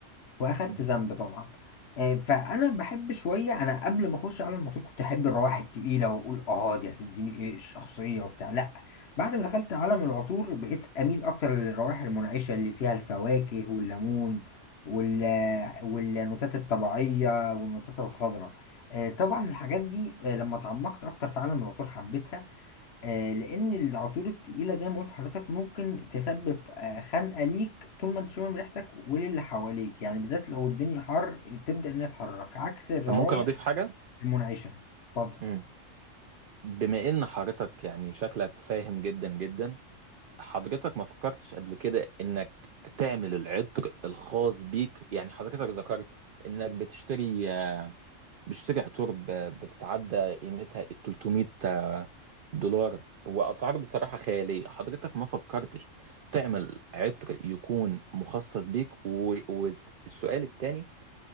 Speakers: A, on the left; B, on the right.
A: واخدت
B: مم.
A: ذنب طبعا آه، فانا بحب شويه انا قبل ما اخش على الموتور كنت احب الروائح التقيله واقول اه دي هتديني ايه الشخصيه وبتاع لا بعد ما دخلت عالم العطور بقيت اميل اكتر للروائح المنعشه اللي فيها الفواكه والليمون وال والنوتات الطبيعيه والنوتات الخضراء آه، طبعا الحاجات دي آه، لما تعمقت اكتر في عالم العطور حبيتها آه، لان العطور التقيله زي ما قلت لحضرتك ممكن تسبب آه، خنقه ليك طول ما انت شامم ريحتك وللي حواليك يعني بالذات لو الدنيا حر تبدا الناس تحرك عكس الروائح
B: طب ممكن أضيف حاجة
A: المنعشه اتفضل
B: مم. بما إن حضرتك يعني شكلك فاهم جدا جدا حضرتك ما فكرتش قبل كده إنك تعمل العطر الخاص بيك يعني حضرتك ذكرت إنك بتشتري آه، بتشتري عطور ب- بتتعدى قيمتها ال 300 آه، دولار وأسعار بصراحة خيالية حضرتك ما فكرتش تعمل عطر يكون مخصص بيك و- والسؤال التاني